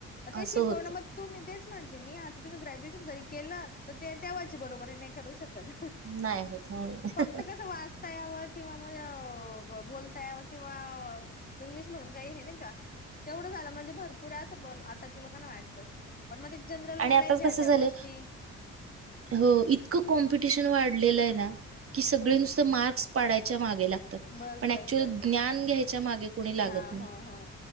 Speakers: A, on the left; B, on the right.
A: आता
B: असं
A: हे शिकवणं
B: होत
A: मग तुम्ही तेच म्हणते मी आता तुम्ही ग्रॅज्युएशन जरी केलं तर तेव्हाची बरोबरी नाही करू शकत
B: नाही होत हम्म
A: फक्त कसं वाच ता यावं किंवा म बोलता यावर किंवा इंग्लिश मधून काही हे नाही का तेवढं झालं म्हणजे भरपूर असं पण आताच्या लोकांना वाटतं पण मध्येच जनरल
B: आणि
A: नॉलेज
B: आताच
A: ह्या
B: कसं
A: त्या
B: झालं
A: गोष्टी
B: हो इतकं कॉम्पिटिशन वाढलेलं आहे ना की सगळे
A: खूप
B: नुसत मार्क्स पाडायच्या मागे लागतात
A: बस
B: पण
A: बस
B: ऍक्चुल
A: बस
B: ज्ञान घ्यायच्या मागे कोणी लागत
A: हा
B: नाही.
A: हा हा